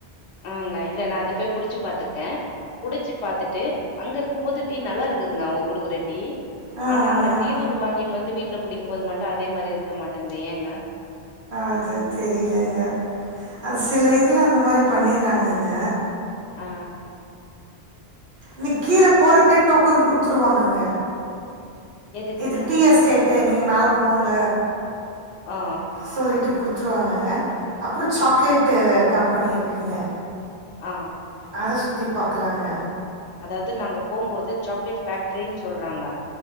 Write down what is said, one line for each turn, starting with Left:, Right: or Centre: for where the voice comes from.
Left: ஆமாங்க இல்ல நா அத போய் குடிச்சு பாத்துருக்கே குடிச்சு பாத்துட்டு அங்க இருக்கும் போது டீ நல்லா இருக்குதுங்க அவ்ங்க குடுக்குற டீ
Right: ஆ
Left: ஆனா அங்க
Right: ஆ
Left: டீ தூள் வாங்கிட்டு வந்து வீட்ல குடிக்கும் போது மட்டு அதே மாரி இருக்க மாட்டேன்ந்து ஏங்க
Right: அது தெரியலங்க அது சில இதுல அந்த மாரி பண்ணிர்றாங்கங்க
Left: ஆ
Right: நீ கீழ போறப்பயே டோக்கன் குடுத்துருவாங்கங்க
Left: எதுக்குங்க?
Right: இது டீ எஸ்டேட்டு நீங்க மேல போங்க
Left: ஆ
Right: சொல்லிட்டு குடுத் துருவாங்கங்க அப்றோ
Left: ஆ
Right: சாக்லேட்டு
Left: ஓ
Right: கம்பெனி இருக்குங்க
Left: ஆ
Right: அத சுத்தி பாக்கலாங்க
Left: அதாவது நாங்க போம்போது சாக்லேட் பேஃக்டரின்னு சொல்றாங்க